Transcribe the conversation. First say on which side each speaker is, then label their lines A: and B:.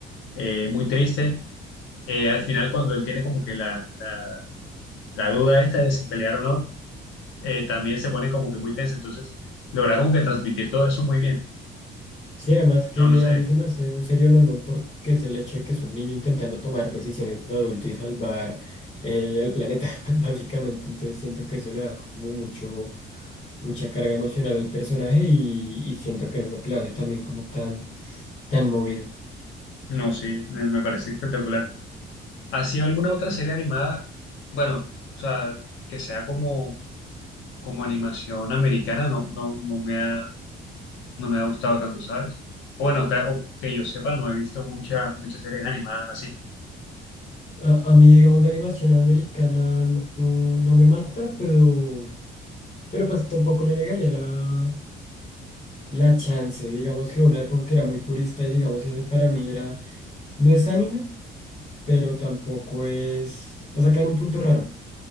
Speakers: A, on the left; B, on the left.
A: eh, muy triste. Eh, al final, cuando él tiene como que la, la, la duda esta de si pelear o no, eh, también se pone como que muy tensa, entonces logra como que transmitir todo eso muy bien.
B: Sí, además que
A: No, no sé,
B: a mí se me hace un serio no porque es el hecho de que es un niño intentando tomar decisiones de adulto y salvar eh, al planeta, <laughs> básicamente. Entonces siento que eso le da como mucho, mucha carga emocional al personaje y, y siento que es lo que lo hace también como tan, tan movido.
A: no, sí, me, me parece espectacular. ¿Ha sido alguna otra serie animada? Bueno, o sea, que sea como, como animación americana, no, no, no me ha... no me ha gustado tanto, ¿sabes? O bueno, que, o que yo sepa, no he visto mucha, muchas series animadas así.
B: A, a mí, digamos, la animación americana no, no no me mata, pero, pero pues tampoco le negaría la, la chance. Digamos que una época era muy purista y digamos eso para mí era No es anime, pero tampoco es. O sea, queda en un punto raro.